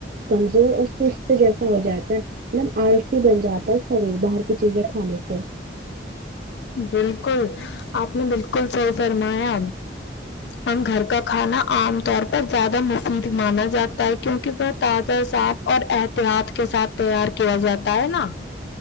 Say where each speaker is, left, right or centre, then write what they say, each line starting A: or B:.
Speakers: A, on the right (about 50°); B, on the left (about 65°).
A: کمزور اور سست جیسا ہو جاتا ہے نم آلسی بن جاتا ہے شریر باہر کی چیزیں کھانے سے
B: بالکل آپ نے بالکل صحیح فرمایا ہم گھر کا کھانا عام طور پر زیادہ مفید مانا جاتا ہے کیونکی وہ تازہ صاف اور احتیاط کے ساتھ تیار کیا جاتا ہے نا